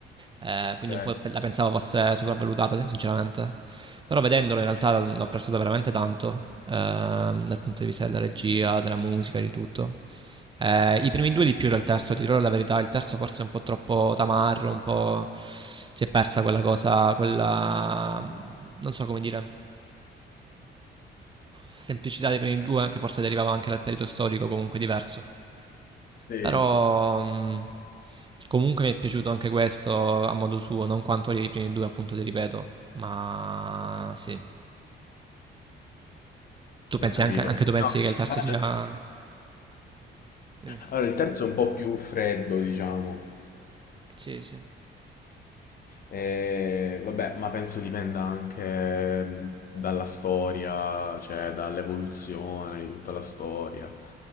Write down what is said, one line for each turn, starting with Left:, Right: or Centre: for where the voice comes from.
Right: Eh, quindi
Left: Eh,
Right: un po' pe- la pensavo fosse sopravvalutata, sin- sinceramente. Però vedendola in realtà l- l'ho apprezzato veramente tanto, ehm, dal punto di vista della regia, della musica, di tutto. Eh, I primi due di più del terzo, ti dirò la verità, il terzo forse è un po' troppo tamarro, un po' si è persa quella cosa, quella... non so come dire semplicità dei primi due, che forse derivava anche dal periodo storico comunque diverso.
Left: sì,
Right: Però mh, comunque mi è piaciuto anche questo a modo suo, non quanto i primi due, appunto, ti ripeto, ma sì. Tu pensi
Left: ho capito.
Right: anche, anche tu pensi
Left: No,
Right: che il terzo
Left: eh,
Right: sia... Dimmi.
Left: Allora, il terzo è un po' più freddo, diciamo.
Right: Sì, sì.
Left: Eh, vabbè, ma penso dipenda anche mh, dalla storia, cioè dall'evoluzione di tutta la storia.